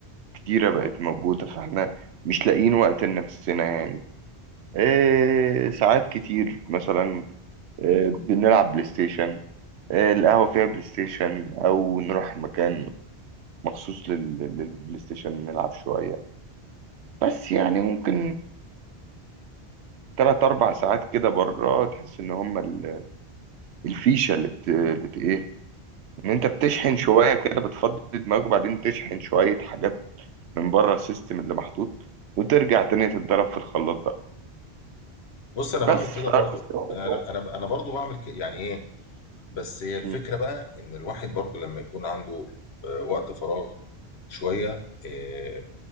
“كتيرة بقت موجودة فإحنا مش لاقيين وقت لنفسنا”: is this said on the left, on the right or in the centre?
Right